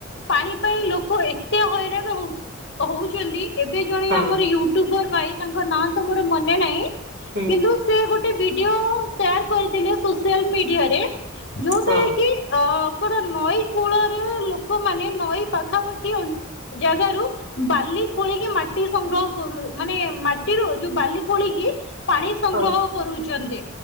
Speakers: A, on the left; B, on the right.
A: ପାଣି ପାଇଁ ଲୋକ ଏତେ ହଇରାଣ ହଉଚୁ ହଉଚନ୍ତି ଏବେ ଜଣେ
B: ହଁ
A: ଆମର ୟୁଟୁବର ଭାଇ ତାଙ୍କ ନାଁ ତ ମୋର ମନେ ନାହିଁ
B: ହୁଁ
A: କିନ୍ତୁ ସେ ଗୋଟେ ଭିଡିଓ ସେୟାର କରିଥିଲେ ସୋସିଆଲ ମିଡିଆରେ ରେ ଯଉଥିରେ
B: ହଁ
A: କି- ଅ କଣ ନଈ କୂଳରେ ଲୋକମାନେ ନଈ ପାଖାପାଖି ଅ ଜାଗାରୁ ବାଲି ଖୋଳିକି ମାଟି ସଂଗ୍ରହ କରୁ- ମାନେ ମାଟିରୁ ଯଉ ବାଲି ଖୋଳିକି ପାଣି ସଂଗ୍ରହ
B: ହଁ
A: କରୁଚନ୍ତି